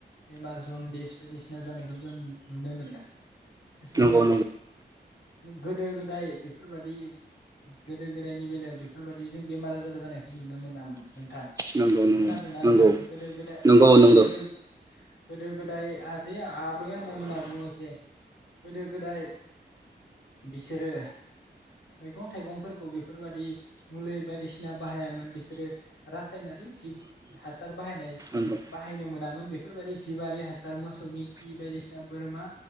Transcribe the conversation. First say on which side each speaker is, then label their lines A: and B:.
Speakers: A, on the left; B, on the right.
A: बेमार जनदिस बायदिसिना जानायखौ जों नुनो मोनो जोङो
B: नंगौ नंगौ
A: गोदो गोदाय बेफोरबादि गोदो गोदायनि बेलायाव बेफोरबायदि जों बेमार आजार जानायखौ नुनो मोना नामोन नोंथां खोनादों
B: नंगौ नंगौ
A: ना नोंथां? गोदो गोदाय
B: नंगौ नंगौ
A: गोदो गोदो गोदाय आजै आबै आबौमोनहा बुङो जे गोदो गोदाय बिसोरो मैगं थाइगंफोरखौ बेफोरबायदि मुलि बायदिसिना बाहायामोन बिस सोरो रासायनारि जिब हासार बाहायनाय
B: नंगौ
A: बाहायनो मोनामोन बेफोरबायदि जिबि हासार मोसौनि खि बायदिसिना बोरमा